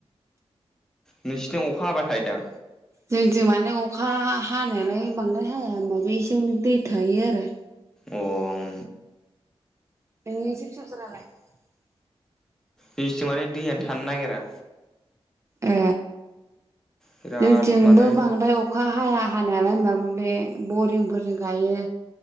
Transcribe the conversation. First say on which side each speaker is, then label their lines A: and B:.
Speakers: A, in the centre; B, on the right (about 30°).
A: नोंसिनिथिं अखा हाबाय थायोदां
B: जोंनिथिं माने अखा हा हानायालाय बांद्राय हाया होनबाबो एसेयावनो दै थायो आरो
A: अ ओं
B: <unintelligible>
A: जोनिथिं माने दैयानो थानो नागिरा
B: ए
A: बिराद
B: जोंथिंबो
A: माने
B: बांद्राय अखा हाया हानायालाय होमबाबो बे बरिंफोरजों गायो